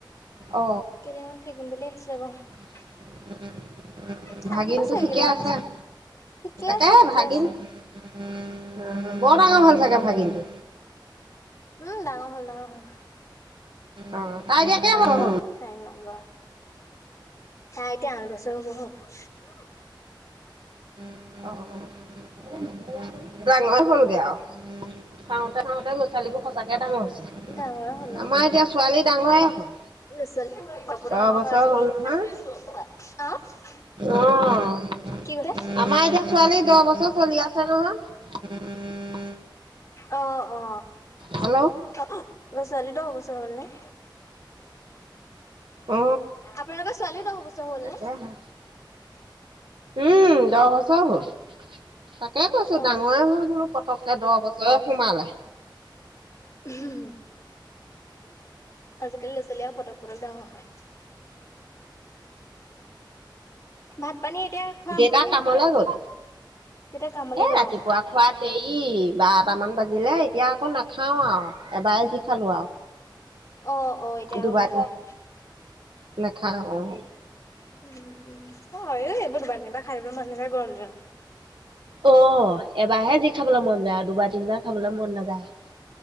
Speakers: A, on the right; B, on the left.
A: অ
B: কেদিনমান থাকিম বুলি আহিছিলে <unintelligible>
A: <unintelligible>
B: থাকিব
A: ভাগিনতটো
B: চাগে
A: ঠিকে
B: কেইদিনমান
A: আছে? <inaudible> <unintelligible>
B: ঠিকে আছে
A: চাগে
B: ঠিকে
A: ভাগিনটো
B: আছে উম উম ডাঙৰ হ'ল ডাঙৰ হল
A: অ তাই এতিয়া
B: খটাাসুৰ
A: কেইবছৰ হ'ল?
B: একন্বৰ তাৰ এতিয়া আঠ বছৰ হ'ব হ'ল
A: <unintelligible> ডাঙয়ে হ'লগে আৰু চাওতে চাওঁতে ল'ৰা ছোৱালীবোৰ সঁচাকে ডাঙৰ হৈছে
B: ডাঙৰে হ'ল আৰু
A: আমাৰ এতিয়া ছোৱালী ডাঙৰেই হ'ল
B: আহ
A: দহ বছৰ
B: <inaudible>
A: হ'ল নহয় অ' আমাৰ
B: কি কৈছে
A: এতিয়া ছোৱালী দহ বছৰ চলি আছে নহয়।
B: অ' অ'
A: হেল্ল'
B: গ ছোৱালী দহ বছৰ হ'ল নে?
A: অ
B: আপোনালোকৰ ছোৱালীও দহ বছৰ হ'ল
A: তাকেহে
B: নে?
A: উম দহ বছৰ হ'ল। তাকে কৈছো
B: অ
A: ডাঙৰে হ'ল বোলো পতক তে দহ বছৰ সোমালে।
B: হম আজিকালি ল'ৰা ছোৱালীয়ে পটক পটক ডাঙৰ হয়। ভাত পানী এতিয়া খোৱা
A: দেটা
B: হ'বনে
A: কামলৈ
B: নহয়?
A: গল।
B: তেতিয়া কামলৈ
A: এ
B: গ'ল
A: ৰাতিপুৱা
B: আৰু।
A: খোৱা দেৰি বাৰটামান বাজিলে এতিয়া আকৌ ন খাওঁ আৰু এবাৰে যি খালোঁ আৰু
B: অঁ অঁ এতিয়া
A: দুবাৰ
B: আও নাখায়
A: নাখাওঁ অঁ
B: উম উম অঁ হয়ো এইবোৰ দুবাৰ তিনিবাৰ বা খাই থাকিবলৈ মন‌‌ নাযায় গৰম দিনত
A: অঁ এবাৰহে যি খাবলৈ মন যায় আৰু দুবাৰ তিনিবাৰ খাবলৈ মন নাযায়